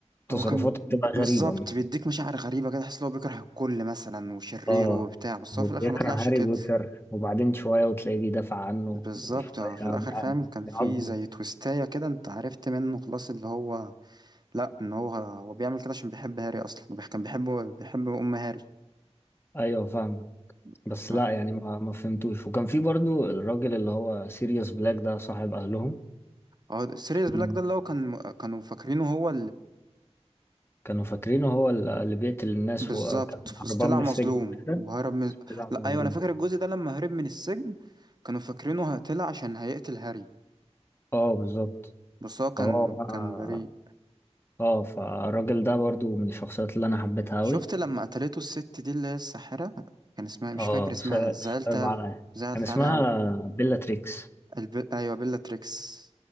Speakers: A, on the left; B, on the right.
A: تصرفاته
B: هو كان
A: بتبقى
B: ب- بالظبط
A: غريبة
B: بيديك مشاعر غريبة كده تحس ان هو بيكره الكل مثلا وشرير
A: اه
B: وبتاع بس هو
A: هو
B: في
A: بيكره
B: الآخر ما طلعش
A: هاري
B: كده
A: بوتر وبعدين شوية وتلاقيه بيدافع عنه
B: بالظبط
A: وشوية
B: هو في الآخر
A: بيع-
B: فاهم كان
A: بيعاقبه
B: في زي تويستاية كده انت عرفت منه خلاص اللي هو لا ان هو هو بيعمل كده عشان بيحب هاري اصلا وبيح- كان بيحبه بيحب ام هاري
A: ايوه فاهمك
B: ف-
A: بس لا يعني ما ما فهمتوش وكان في برضو الراجل اللي هو سيريوس بلاك ده صاحب اهلهم
B: هو سيريوس بلاك
A: مم.
B: ده اللي هو كان كانوا فاكرينه هو
A: كانوا فاكرينه هو اللي اللي بيقتل الناس
B: بالظبط
A: وكان هربان
B: بس طلع
A: من
B: مظلوم
A: السجن وكده
B: وهرب من
A: بس طلع
B: لا
A: مظلوم
B: ايوه انا فاكر الجزء ده لما هرب من السجن كانوا فاكرينه ه- طلع عشان هيقتل هاري
A: اه بالظبط
B: بس هو كان
A: فهو بقى
B: كان بريء
A: اه فالراجل ده برضو من الشخصيات اللي انا حبيتها
B: شفت
A: اوي
B: لما قتلته الست دي اللي هي الساحرة كان اسمها مش
A: اه
B: فاكر اسمها
A: صع-
B: زعلت
A: صعب
B: أوي-
A: عليا
B: زعلت
A: كان اسمها
B: عليها قوي
A: بيلا تريكس
B: الب... ايوه بيلا تريكس